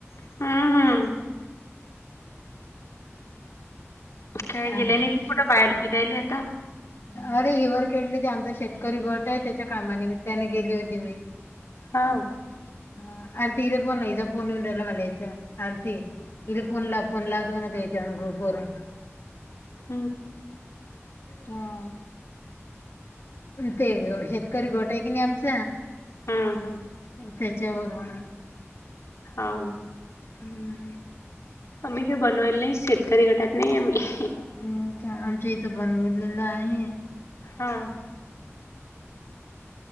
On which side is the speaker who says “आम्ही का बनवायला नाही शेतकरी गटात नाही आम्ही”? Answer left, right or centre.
Left